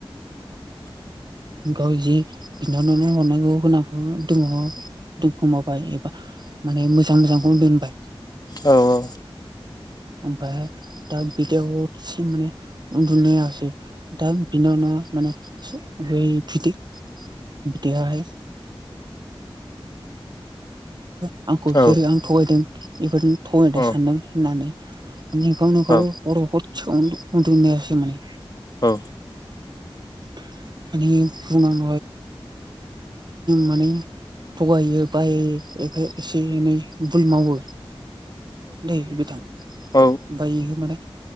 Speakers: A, on the left; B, on the right.
A: <inaudible>
B: गाव जि बिनानावनो हरनांगौ होनांखौ दोननो दोनखुमाबबाय एबा माने मोजां मोजांखौनो दोनबाय।
A: औ औ।
B: ओमफाहाय दा बिदयाव सि माने उन्दुनायासै दा बिनानावा माने सि बै फिथि बिखाया हाय <unintelligible> आंखौ
A: औ
B: जेरै आं थगायदों बेफोरनो थगायदो
A: औ
B: सानदों होननानै निखाव निखाव
A: औ
B: हराव हदसे उन्दु उन्दुनो हायासै माने।
A: औ।
B: <unintelligible> जाय माने थगायो बाय एसे एनै भुल मावो दै बिथां
A: औ
B: ओफाय इयो माने।